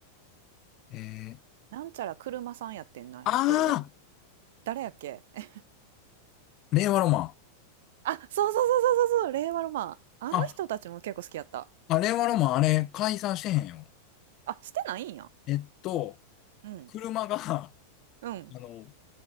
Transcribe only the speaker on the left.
えー、
ああ、
令和ロマン。
あ、あ、令和ロマン、あれ、解散してへんよ。
えっと、
車が、<laughs>
あの、